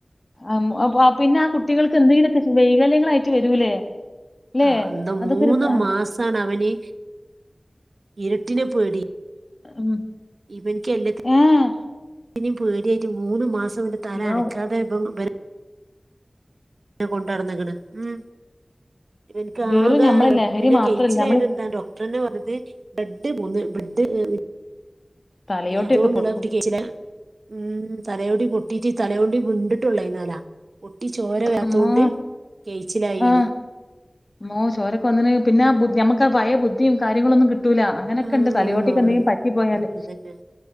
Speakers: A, on the left (about 40°); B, on the right (about 90°).
A: ആമ് അപ്പോ ആ പിന്നെ ആ കുട്ടികൾക്ക് എന്തേലു ഒക്കെ വൈകല്യങ്ങളായിറ്റ് വരൂലേ അല്ലേ
B: ആഹ് അന്ത
A: അതൊക്കെ
B: മൂന്ന്
A: ഒരു ആ,
B: മാസാണ് അവനെ ഇരുട്ടിനെ പേടി
A: <inaudible>
B: ഇവനിക്ക് എല്ലാതി
A: ഏഹ്
B: പിനീം പേടിയായിട്ട് മൂന്നു മാസംന്റെ തല
A: മോ,
B: അനക്കാതെ ഇപ്പം ഇവനെ കൊണ്ട് നടന്നേക്കണ് ഉം എനിക്ക്
A: വെറും
B: ആക
A: നമ്മളെ ലഹരി
B: പിന്നെ
A: മാത്രല്ല
B: കെയിച്ചിലായിട്ടെന്താന്തോ
A: നമ്മള്
B: ട്രന്ന്പറഞ്ഞതെ ബ്രെഡ് മൂന്ന് ബ്രെഡ് <unintelligible>
A: തലയോട്ടിയൊക്കെ
B: അതുകൊണ്ടുള്ള
A: പൊട്ടി
B: കുട്ടികേച്ചിലൽ ഉം തലയോട്ടി പൊട്ടിട്ട് തലൊണ്ട് വിണ്ടിട്ടുള്ള ഇന്നലാ പൊട്ടി ചോര വെരാത്തോകൊണ്ട്
A: അമ്മോ
B: കേച്ചിലായിന്ന്
A: ആ മോ ചോരൊക്കെ വന്നിന് പിന്നെ ബുദ്ധി ഞമ്മക്കാ പഴ ബുദ്ധീം കാര്യങ്ങളൊന്നും കിട്ടൂല്ല അങ്ങനെക്കെയിണ്ട്
B: ആഹ്
A: തലയോട്ടിക്ക് എന്തെങ്കിലും പറ്റി പോയാല്
B: അതന്നെ